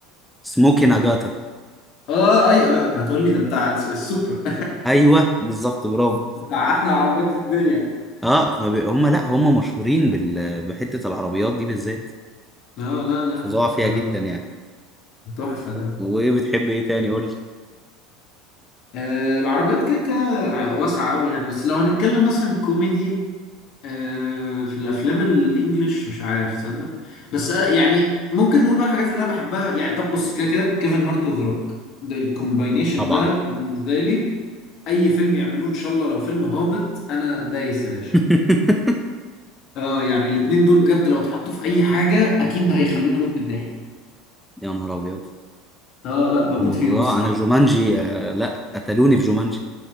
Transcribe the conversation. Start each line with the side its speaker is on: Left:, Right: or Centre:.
Centre: سموكي ناجاتا
Left: اه ايوه أيوة، انت هتقول لي ده بتاع السوبرا
Centre: ايوه بالظبط برافو
Left: <laughs> بتاع احلى عربيات في الدنيا
Centre: اه فهم لا هم مشهورين بال... بحته العربيات دي بالذات
Left: لا لا لا
Centre: فظاع
Left: لا
Centre: فيها
Left: ده
Centre: جدا يعني
Left: تحفة ده
Centre: وايه بتحب ايه تاني قول لي
Left: آه العربيات كده كده واسعة قوي يعني بس لو هنتكلم مثلا كوميدي آه في الافلام الانجليش مش عارف تصدق بس آه يعني ممكن نقول بقى الحاجات اللي انا بحبها يعني طب بص كده كده كيفن هارت وذا روك ده الكومباينيشن
Centre: طبعا
Left: ده بالنسبة لي اي فيلم يعملوه ان شاء الله لو فيلم هابط انا دايس يا باشا
Centre: <laughs>
Left: اه يعني الاتنين دول بجد لو اتحطوا في اي حاجة اكيد هيخلوني اموت من الضحك
Centre: يا نهار ابيض
Left: اه لا بموت
Centre: هم
Left: فيهم
Centre: فضاء
Left: الصراحة
Centre: انا جومانجي آه لا قتلوني في جومانجي